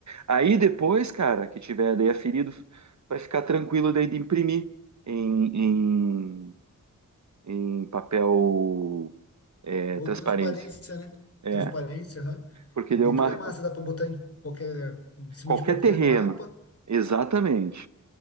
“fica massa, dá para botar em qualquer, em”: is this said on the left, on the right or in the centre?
Left